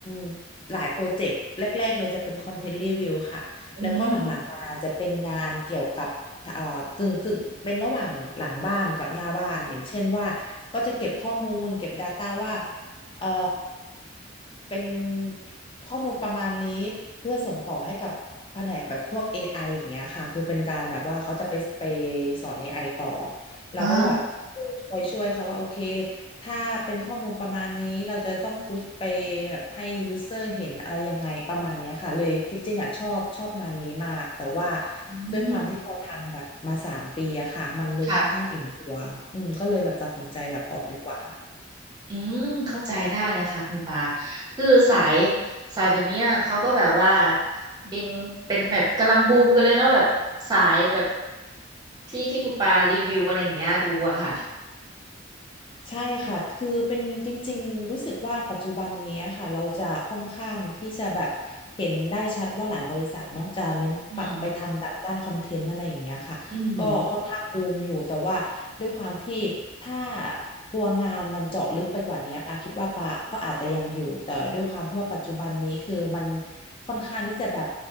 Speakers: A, on the left; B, on the right.
A: ำหลายโปรเจกต์แรกๆเลยจะเป็นคอนเทนต์รีวิวค่ะแล้วก็หลังๆมาจะเป็นงานเกี่ยวกับเอ่อกึ่งกึ่งเป็นระหว่างหลังบ้านกับหน้าบ้านอย่างเช่นว่าก็จะเก็บข้อมูลเก็บ
B: อืม
A: Data ว่าเอ่อเป็นข้อมูลประมาณนี้เพื่อส่งต่อให้กับแผนกแบบพวก AI อไออย่างเงี้ยค่ะคือเป็นการแบบว่าเขาจะไปไปสอนเอไอต่อ เราก็จะแบบ
B: อ่า
A: คอยช่วยเขาว่าโอเคถ้าเป็นข้อมูลประมาณนี้เราจะต้องพุชไปแบบให้ยูเซอร์เห็นอะไรยังไงประมาณเนี้ยค่ะเลยจริงๆอ่ะชอบชอบงานนี้มากแต่ว่า
B: อืม
A: ด้วยความที่พอทำแบบมาสามปีอะค่ะมันเลยค่อนข้างอิ่มตัวอืมก็เลยแบบตัดสินใจแบบออกดีกว่า
B: ค่ะอืม เข้าใจได้เลยค่ะคุณปา คือสายสายแบบเนี้ยเขาก็แบบว่าเป็นเป็นแบบกำลังบูมกันเลยเนาะแบบสายแบบที่ที่คุณปารีวิวอะไรอย่างเงี้ยดูอะค่ะ
A: ใช่ค่ะคือเป็นจริงๆรู้สึกว่าปัจจุบันนี้ค่ะเราจะค่อนข้างที่จะแบบเห็นได้ชัดว่าหลายบริษัทเนาะจะเน้นปักไปทำแบบด้านคอนเทนต์อะไรอย่างเงี้ยค่ะ
B: อืม อืม
A: ก็ค่อนข้างบูมอยู่แต่ว่าด้วยความที่ถ้าตัวงานมันเจาะลึกไปกว่านี้ปาคิดว่าปาก็อาจจะยังอยู่แต่ด้วยความที่ว่าปัจจุบันนี้คือมันค่อนข้างที่จะแบบ